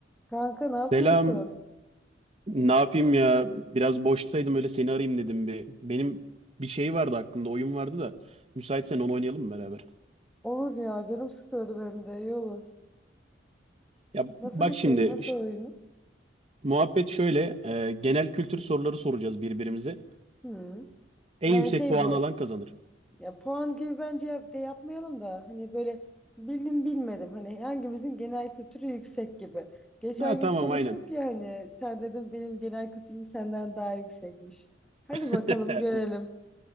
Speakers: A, in the centre; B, on the right.
A: Kanka ne yapıyorsun?
B: Selam. Ne yapayım ya? Biraz boştaydım öyle seni arayayım dedim bir. Benim bir şey vardı hakkında oyun vardı da müsaitsen onu oynayalım mı beraber?
A: Olur ya canım sıkıyordu benim de iyi olur.
B: Ya
A: Nasıl
B: bak
A: bir şey
B: şimdi
A: nasıl
B: ş-
A: oyun?
B: muhabbet şöyle e, genel kültür soruları soracağız birbirimize.
A: Hı.
B: En
A: Yani
B: yüksek
A: şey
B: puan
A: bu
B: alan kazanır.
A: ya puan gibi bence yap- de yapmayalım da hani böyle bildim bilmedim hani hangimizin genel kültürü yüksek gibi. Geçen
B: Ha
A: gün
B: tamam
A: konuştuk
B: aynen.
A: ya hani sen dedin benim genel kültürüm senden daha yüksekmiş. Hadi bakalım
B: <laughs>
A: görelim.